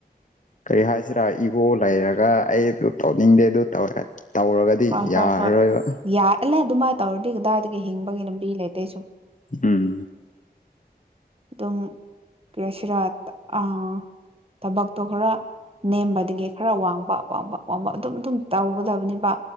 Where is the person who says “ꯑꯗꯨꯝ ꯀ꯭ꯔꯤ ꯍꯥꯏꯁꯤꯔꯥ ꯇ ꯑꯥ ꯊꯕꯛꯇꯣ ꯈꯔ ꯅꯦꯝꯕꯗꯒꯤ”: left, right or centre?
Right